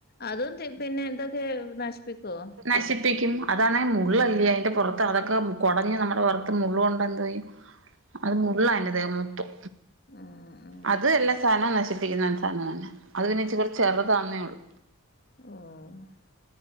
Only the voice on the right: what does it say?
നശിപ്പിക്കും അതാണെ മുള്ള് അല്ലെ അയിൻ്റെ പൊർത്ത് അതൊക്കെ കൊടഞ്ഞ് നമ്മുടെ പൊർത്ത് മുള്ള് കൊണ്ടാ എന്തോ ചെയ്യും? അത് മുള്ളാ അയിന്റെ ദേഹം മൊത്തം
അത് എല്ലാ സാനവും നശി പ്പിക്കുന്ന സാനം തന്നെ അത് പിന്നെ ഇച്ചിരി കൂടെ ചെറ്താണെന്നെ ഒള്ളു